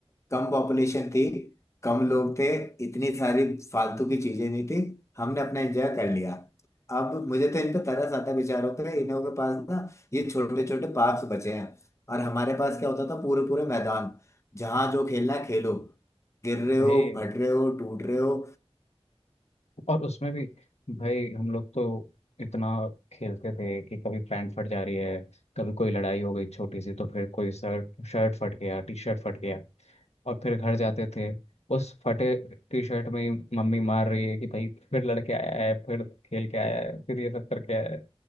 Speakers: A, on the left; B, on the left.
A: कम पॉपुलेशन थी कम लोग थे इतनी सारी फालतू की चीजें नहीं थी हमने अपना एंजॉय कर लिया अब मुझे तो इन पे तरस आता है बेचारों पे इन्हों के पास ना ये छोटे छोटे पार्क्स बचे हैं और हमारे पास क्या होता था पूरे पूरे मैदान जहाँ जो खेलना है खेलो गिर रहे
B: भाई
A: हो फट रहे हो टूट रहे हो
B: और उसमें भी भाई हम लोग तो इतना खेलते थे कि कभी पैंट फट जा रही है कभी कोई लड़ाई हो गई छोटी सी तो फिर कोई शर्ट शर्ट फट गया टी शर्ट फट गया और फिर घर जाते थे उस फटे टी शर्ट में ही मम्मी मार रही है कि भाई फिर लड़के आया है फिर खेल के आया है फिर ये सब करके आया है